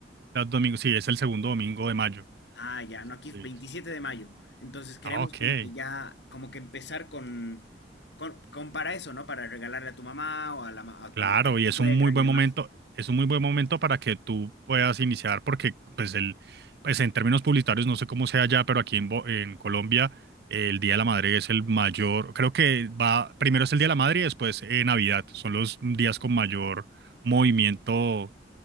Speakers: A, on the right; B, on the left.
A: da domingo. Sí, es el segundo domingo de mayo.
B: Ah, ya,
A: Entonces,
B: no, aquí es
A: sí.
B: 27 de mayo. Entonces queremos
A: Ah, ok.
B: como que ya, como que empezar con, con, con para eso, ¿no? Para regalarle a tu mamá o a, la, ma- a
A: Claro,
B: tu, a tu
A: y
B: suegra
A: es un muy buen
B: y demás.
A: momento. Es un muy buen momento para que tú puedas iniciar, porque pues el, pues en términos publicitarios, no sé cómo sea allá, pero aquí en, Bo- en Colombia, eh, el Día de la Madre es el mayor. Creo que va, primero es el Día de la Madre y después eh, Navidad. Son los días con mayor movimiento,